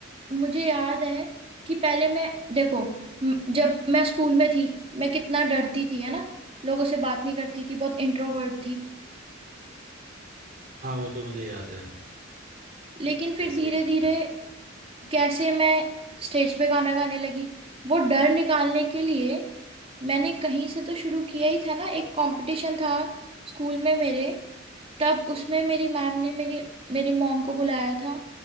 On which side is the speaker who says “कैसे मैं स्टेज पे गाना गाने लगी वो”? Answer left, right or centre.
Right